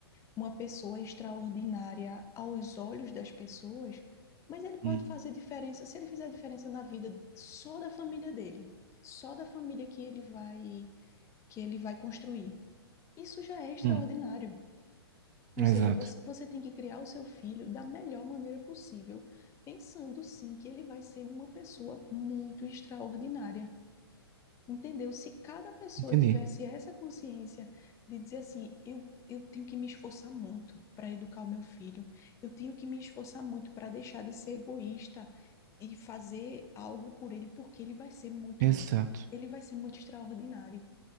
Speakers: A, on the left; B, on the right.
A: uma pessoa extraordinária aos olhos das pessoas, mas ele pode
B: hum,
A: fazer diferença se ele fizer diferença na vida só da família dele, só da família que ele vai que ele vai construir. Isso já é extraordinário.
B: hum,
A: Ou
B: exato.
A: seja, você, você tem que criar o seu filho da melhor maneira possível, pensando sim que ele vai ser uma pessoa muito extraordinária. Entendeu? Se cada pessoa
B: Entendi.
A: tivesse essa consciência de dizer assim, eu, eu tenho que me esforçar muito para educar o meu filho, eu tenho que me esforçar muito para deixar de ser egoísta e fazer algo por ele, porque ele vai ser muito
B: Exato.
A: bom, ele vai ser muito extraordinário.